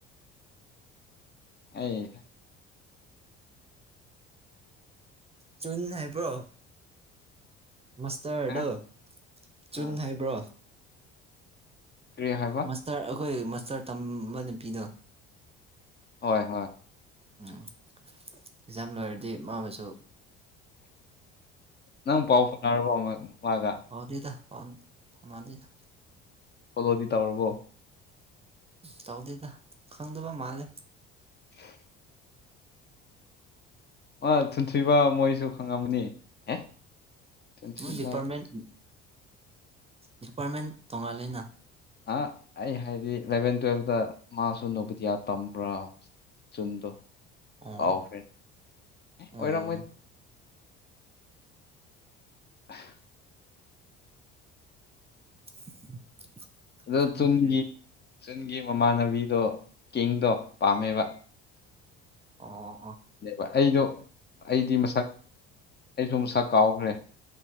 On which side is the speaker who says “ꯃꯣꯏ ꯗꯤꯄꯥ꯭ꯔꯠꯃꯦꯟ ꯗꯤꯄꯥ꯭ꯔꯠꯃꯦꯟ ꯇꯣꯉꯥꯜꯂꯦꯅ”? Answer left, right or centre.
Right